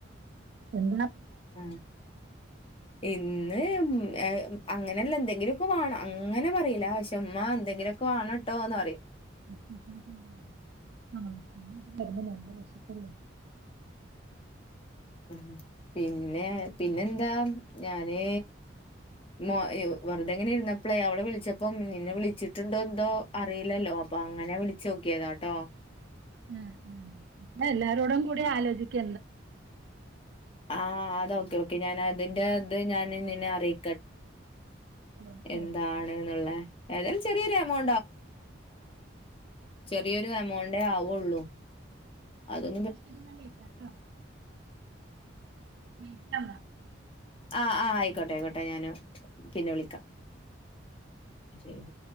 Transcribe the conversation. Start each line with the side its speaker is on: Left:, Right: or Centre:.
Right: ഉം
Left: ആഹ് ഇന്ന് ഉം അ അങ്ങനെല്ല എന്തെങ്കിലൊക്കെ വേണം അങ്ങനെ പറയില പക്ഷേ ഉമ്മാ എന്തെങ്കിലൊക്കെ വേണട്ടോന്ന് പറയും
Right: ഹും ഹും ഹും ആഹ് <unintelligible> വരുമ്പോ നല്ല വിശപ്പല്ലേ
Left: ഉം പിന്നെ പിന്നെന്താ ഞാന് മ അ വെറുതെങ്ങനിരുന്നപ് പ്പളെ അവളെ വിളിച്ചപ്പം നിന്നെ വിളിച്ചിട്ടുണ്ടോ എന്തോ അറിയില്ലല്ലോ അപ്പ അങ്ങനെ വിളിച്ചോക്കിയതാട്ടോ
Right: ഉം ഉം ന്നാ എല്ലാരോടും കൂടി ആലോചിക്ക്
Left: ആഹ് അത് ഓക്കെ ഓക്കെ ഞാൻ അതിന്റെ ഇത് ഞാൻ നിന്നെ അറിയി
Right: ആഹ്
Left: എന്താണ്ന്ന്ള്ളെഏതായാലും ചെറിയൊരു എ മൗ ചെറിയൊരു
Right: ആഹ്
Left: എമൗണ്ടേ ആവുള്ളു അതൊ
Right: എന്നാ ശരി ഞാൻ വിളിക്കാട്ടോ. വിളിക്കാന്നാ
Left: ആഹ് ആഹ് ആയിക്കോട്ടെ ആയിക്കോട്ടെ ഞാന് പിന്നെ വിളിക്കാ ചേല്